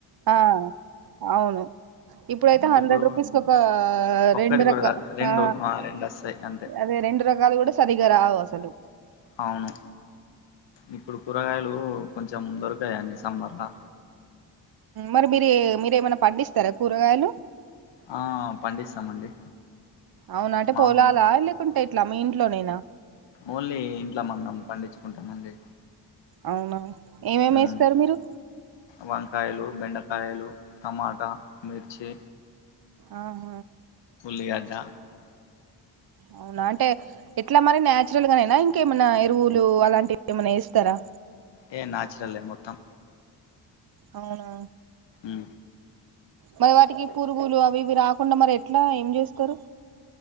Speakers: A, on the right; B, on the left.
A: ఆ అవును ఇప్పుడైతే హండ్రెడ్
B: ఇప్పుడు
A: రూపీస్ ఒక
B: ఒక్కటి
A: రెండు
B: కూడా
A: రక
B: కాదు రెండు
A: ఆ
B: రెండు వస్తాయి అంతే
A: అదే రె రెండు రకాలు కూడా సరిగ్గా రావు అసలు
B: అవును ఇప్పుడు కూరగాయలు కొంచెం దొరకాయండి సమ్మర్ల
A: మరి మీరు మీరెమైనా పండిస్తారా కూరగాయలు
B: ఆ పండిస్తామండి
A: అవున అంటే
B: మామూలు
A: పోొలాల లేకుంటే ఇట్ల మీ ఇంట్లోనేనా
B: ఓన్లీ ఇంట్లో మనం పండించుకుంటామండి
A: అవునా ఏమేమి
B: మ్మ్
A: వేస్తారు మీరు
B: వంకాయలు బెండకాయలు టమాటా మిర్చి
A: ఆహ
B: లిగ దా
A: అవునా అంటే ఎట్లా మరి న్యాచురల్ గా నెనా ఇంకేమైనా ఎరువులు అలాంటివి ఏమైనా వేస్తారా
B: ఏ నాచరలె మొత్తం
A: అవునా
B: ఉ
A: మరి వాటికి పురుగులు అవి ఇవి రాకుండ మరి ఎట్లా ఏం చేస్తారు